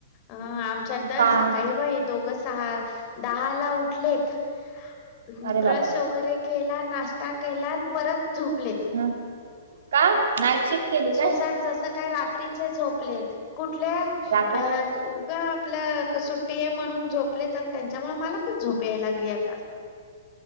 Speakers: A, on the left; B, on the right.
A: आमच्या तर
B: का
A: सकाळी हे बाई दोघं सहा दहा ला उठलेत ब्रश
B: अरे बापरे
A: वगैरे केला नाश्ता केला परत झोपलेत.
B: ह का नाईट शिफ्ट केली
A: सुसाट
B: काय
A: जस काय रात्रीचे झोपलेत, कुठले
B: रात्री
A: अ उगा आपलं सुट्टी आहे म्हणून, झोपलेत त्यांच्यामुळे मला पण झोप याय लागली आता.